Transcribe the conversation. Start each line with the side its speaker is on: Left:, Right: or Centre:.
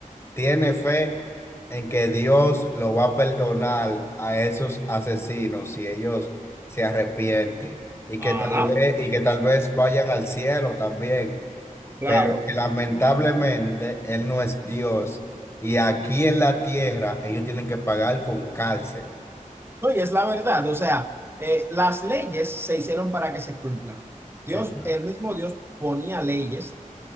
Left: tiene fe en que Dios lo va a perdonar a esos asesinos si ellos se arrepienten y
Right: Ah,
Left: que tal vez y que tal vez vayan al cielo también,
Right: claro.
Left: pero que lamentablemente él no es Dios y aquí en la tierra ellos tienen que pagar con cárcel.
Right: No, y es la verdad, o sea, eh, las leyes se hicieron para que se cumplan. Dios,
Left: Eh, Claro.
Right: el mismo Dios ponía leyes,